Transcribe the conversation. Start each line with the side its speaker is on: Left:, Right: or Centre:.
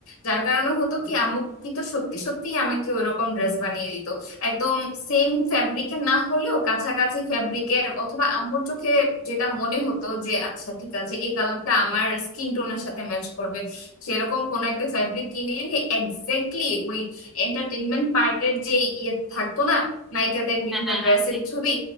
Left: যার কারণে হতো কি আম্মু কিন্তু সত্যি সত্যি আমাকে ওইরকম ড্রেস বানিয়ে দিত একদম সেম ফ্যাব্রিকের না হলেও কাছাকাছি ফ্যাব্রিকের অথবা আম্মুর চোখে যেটা মনে হতো যে আচ্ছা ঠিক আছে এই কালারটা আমার স্কিন টোনের সাথে ম্যাচ করবে সেরকম কোন একটা ফ্যাব্রিক কিনে এনে এক্স্যাক্টলি ওই এন্টারটেনমেন্ট পার্টের যে ইয়ে থাকতো না নায়িকাদের বিভিন্ন
Centre: হ্যাঁ হ্যাঁ
Left: ড্রেসের
Centre: হ্যাঁ ঠিক
Left: ছবি